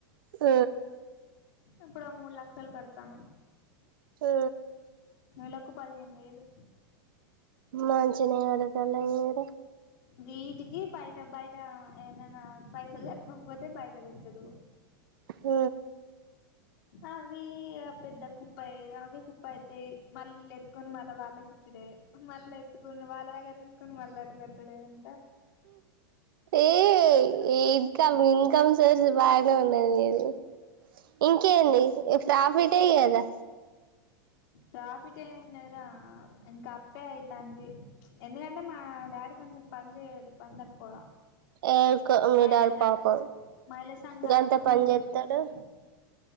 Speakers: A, on the right; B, on the left.
A: సు
B: ఇప్పుడు ఆ మూడు లక్షలు కడతాను
A: ఊ
B: నెలకు పదిహేను వేలు
A: మాంచినే అడుగుతాను ఊరు
B: వీటికి బయట బయట ఏంటనా పైసలు సరిపోకపోతే బయట తెచ్చుడు
A: ఊ
B: అవి పెద్ద కుప్పయ్య అవి కుప్ప అయితాయి మళ్ళీ ఎత్తుకొని మళ్ళీ వాళ్ళకిచ్చుడే మళ్ళ ఎత్తుకొని వాళ్ళ దగ్గర తీసుకొని మళ్ళీ అటు గట్ ట్టుడేన్
A: ఏ ఇద్ కమ్ ఇన్కమ్ సోర్స్ బాగానే ఉన్నాది నిది ఇంకేంది ఈ ప్రాఫిటే కదా
B: ప్రాఫిట్ ఏమున్నదిరా ఇంకాప్పే అయితంది ఎందుకంటే మా డాడీ కొంచెం పని చేయడు పన్ తక్కువ
A: ఏ ఉకో మీ
B: మహిళ
A: డాడీ
B: సంఘ
A: పాపం
B: మహిళ సంఘాల
A: గంత
B: మందం
A: పన్జేతడు
B: చేస్తే